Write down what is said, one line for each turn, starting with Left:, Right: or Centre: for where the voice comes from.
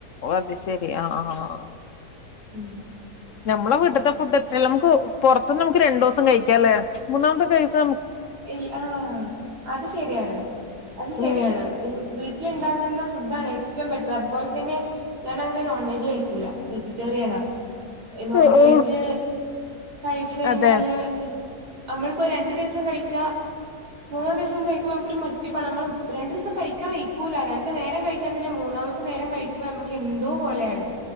Left: ഓ അത് ശരി ആഹ് ആഹ്
Right: ഉം
Left: നമ്മളെ വിട്ട്ത്തെ ഫുഡ് എത്രല്ല നമുക്ക് പുറത്ത്ന്ന് നമുക്ക് രണ്ടു ദിവസം കഴിക്കാംല്ലേ മൂന്നാമത്തെ കൈസ്
Right: ഇല്ല ആ അത് ശരിയാണ് അത് ശരിയാണ്
Left: ഉം
Right: വീട്ടില് ഇണ്ടാക്കുന്ന ഫുഡാണ് ഏറ്റവും ബെറ്റർ. അതുപോലെ തന്നെ ഞാൻ അങ്ങനെ നോൺ വെജ് കഴിക്കൂല വെജിറ്റേറിയനാ നോൺ
Left: ആഹ്
Right: വെജ്
Left: ആഹ്
Right: കഴിച്ച് കഴിഞ്ഞാല്
Left: അതെ
Right: നമ്മളിപ്പോ രണ്ടു ദിവസം കഴി ച്ച മൂന്നാം ദിവസം കഴിക്കുമ്പോ നമുക്ക് ഒരു മടിപ്പാണ് നമ്മള് രണ്ട് ദിവസം കഴിക്കാൻ വെഴിക്കൂല്ല രണ്ടു നേരം കഴിച്ചാൽ തന്നെ മൂന്നാമ രണ്ട് നേരം കഴിക്കുമ്പം നമ്മക്ക് എന്തോ പോലെയാണ്